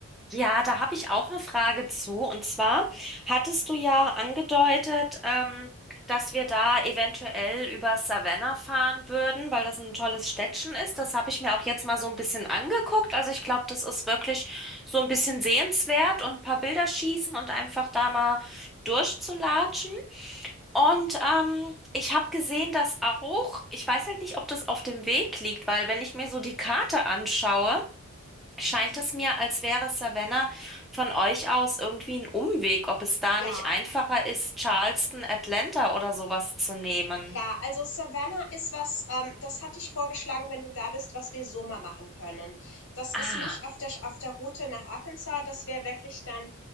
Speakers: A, in the centre; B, on the left (about 55°).
A: Ja, da habe ich auch eine Frage zu. Und zwar hattest du ja angedeutet, ähm, dass wir da eventuell über Savannah fahren würden, weil das ein tolles Städtchen ist. Das habe ich mir auch jetzt mal so ein bisschen angeguckt. Also ich glaube, das ist wirklich so ein bisschen sehenswert und ein paar Bilder schießen und einfach da mal durchzulatschen. Und ähm, ich habe gesehen, dass auch, ich weiß halt nicht, ob das auf dem Weg liegt, weil wenn ich mir so die Karte anschaue, scheint
B: Mhm.
A: es mir, als wäre Savannah von euch aus irgendwie ein Umweg, ob es da
B: Ja,
A: nicht einfacher ist, Charleston, Atlanta oder sowas zu nehmen.
B: Ja, also Savannah ist was, ähm, das hatte ich vorgeschlagen, wenn du da bist, was wir so mal machen können. Das ist
A: Ah.
B: nicht auf der, auf der Route nach Arkansas, das wäre wirklich dann